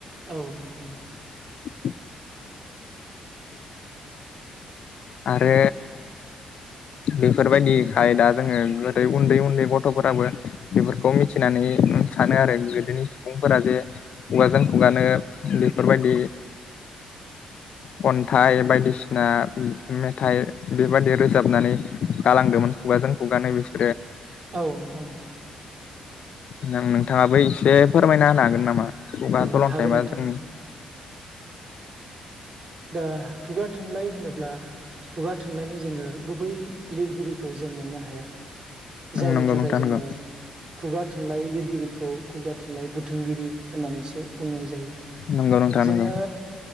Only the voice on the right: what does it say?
औ नोंथां।
औ नोंथां।
औ
हागोन
नोंथां
दा खुगा थुनलाइ होनोब्ला खुगा थुनलाइनि जोङो गुबै लिर गिरिखौ जों मोननो हाया। जायनि
थाखाय
जोङो
खुगा थुनलाइ लिरगिरिखौ खुगा थुनलाइ बुध थुमगिरि होननानैसो बुंनाय जायो।
जोङो